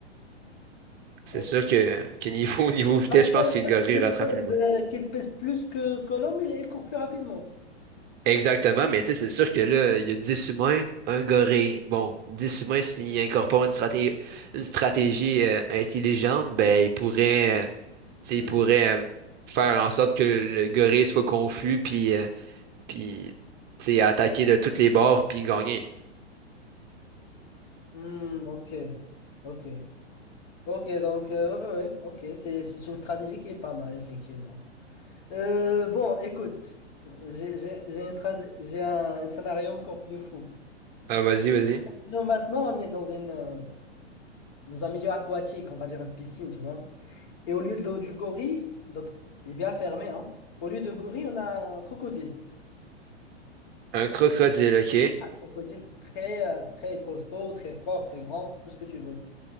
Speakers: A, on the right (about 30°); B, on the left (about 45°).
A: c'est
B: Ouais.
A: sûr que, que niveau, <laughs> niveau vitesse,
B: Malgré
A: je pense
B: le
A: qu'une
B: fait
A: gorille rattrape
B: qu'il pèse,
A: l'humain.
B: euh, qu'il pèse plus que, que l'homme, il, il court plus rapidement.
A: Exactement, mais tu sais, c'est sûr que là, il y a 10 humains, un gorille. Bon, 10 humains, s'ils incorporent une stratégie, une stratégie euh, intelligente, ben, ils pourraient, euh, tu sais,
B: Hmm.
A: ils pourraient euh, faire en sorte que le gorille soit confus, puis... euh, puis tu sais, attaquer de toutes les bords, puis gagner.
B: Hmm, ok, ok, ok, donc, euh, ouais, ouais, ouais. ok, c'est, c'est une stratégie qui est pas mal, effectivement. Euh, bon, écoute, j'ai j'ai- j'ai une strat- j'ai un, un scénario encore plus fou.
A: Ah, vas-y, vas-y.
B: Donc, maintenant, on est dans une, euh, dans un milieu aquatique, on va dire une piscine, tu vois. Et au lieu de l'eau du gorille, donc il est bien fermé, hein. Au lieu de gorille, on a un crocodile.
A: Un crocodile, ok.
B: Crocodile très, euh, très costaud, très fort, très grand, tout ce que tu veux.